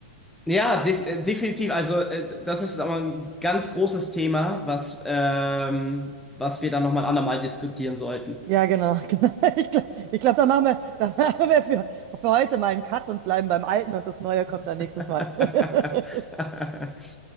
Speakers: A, in the centre; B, on the right.
A: ja, def äh, definitiv. Also äh, das ist aber ein ganz großes Thema, was, ähm, was wir dann nochmal ein andermal diskutieren sollten.
B: Ja, genau, <laughs> genau. Ich glaube, ich glaub, da machen wir, da <laughs> machen wir für, für heute mal einen Cut und bleiben beim Alten und das Neue kommt dann
A: <laughs>
B: nächstes Mal. <laughs>